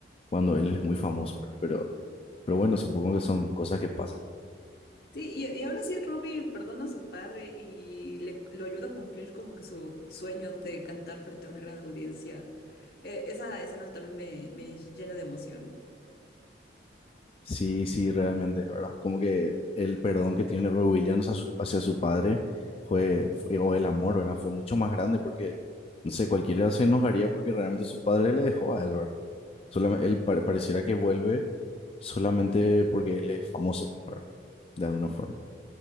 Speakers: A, on the left (about 30°); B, on the left (about 55°).
A: cuando él es muy famoso, ¿verdad? Pero, pero bueno, supongo que son cosas que pasan.
B: sí, y, y aún así Robbie perdona a su padre y le, lo ayuda a cumplir como que su sueño de cantar frente a una gran audiencia. Eh, esa escena también me, me llena de emoción.
A: Sí, sí, realmente, ¿verdad? Como que el perdón que tiene Roy Williams a su- hacia su padre fue, fue- o el amor, ¿verdad? Fue mucho más grande porque, no sé, cualquiera se enojaría porque realmente su padre le dejó a él, ¿verdad? Solamente, él pare- pareciera que vuelve solamente porque él es famoso, ¿verdad? De alguna forma.